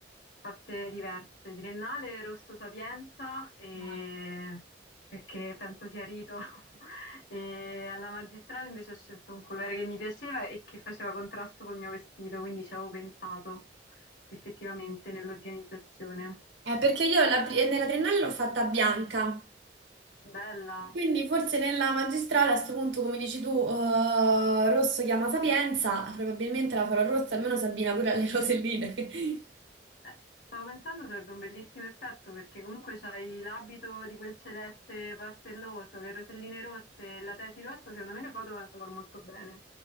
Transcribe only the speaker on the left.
fatte diverse, Triennale Rosso Sapienza, e-
perché penso sia rito, <laughs> e alla magistrale invece ho scelto un colore che mi piaceva e che faceva contrasto col mio vestito, quindi ci avevo pensato effettivamente nell'organizzazione.
Bella.
Eh, stavo pensando sarebbe un bellissimo effetto perché comunque c'hai l'abito di quel celeste pastelloso, le roselline rosse e la tesi rossa, secondo me le foto vengono molto bene.